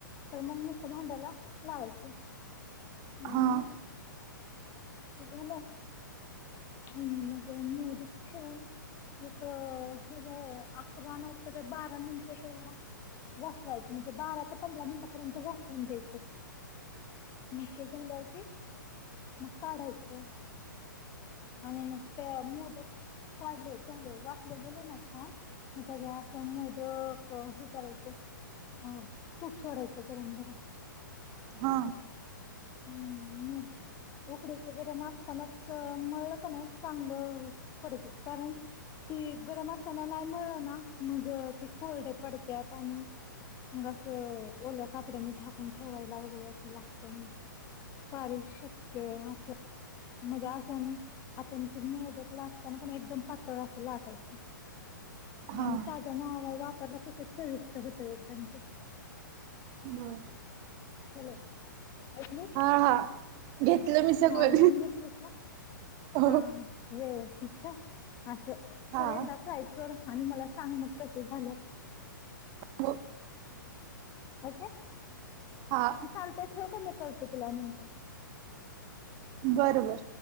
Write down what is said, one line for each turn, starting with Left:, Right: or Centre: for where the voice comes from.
Left: तर मगच्या भांड्याला लावायचं मण
Right: हां
Left: मख त झाल आणि मग मोर ठन एक हे अकरा नाट तरर बारा नच त्याला वस व्हायचं म्हणजे बारा ते पंधरा मिनिटापर्यंत वास होन द्यायचं मग ते झालाव की मग काढायचं आणि मग त्या मोदक काढले झाले वाफले गेले ना छान मग त्या अस मोदक हे करायचं अ तूप सोडायचं गरम गरम
Right: हा
Left: ह् मग उकडीच गरम असतानाच मळळ का नाही चांगलं पडत कारण ते गरम असताना नाही मिळलं ना मग ते कोल्ड पडतत आणि मग असं ओल्या कापड्यांनी झाकून ठेवायला वगैरे असं लागतं मग पार शक्य असं म्हणजे असं म आपण ते मोदक लाटताना का एकदम पातळ असं लाटायचं
Right: हां
Left: आणि ताज ना वापरला तस जास्त होत एकदम ते
Right: बर
Left: हॅलो ऐकलीस
Right: हां हां घेतलं मी सगळं
Left: हा लिहून घेतलीस ना
Right: हो
Left: हा हा व्यवस्थित असं
Right: हां
Left: कर एकदा ट्राय कर आणि मला सांग मग कसे झालेत
Right: होब
Left: ओके
Right: हा
Left: चालत ठेव का मी करते तुला नंतर
Right: बर बर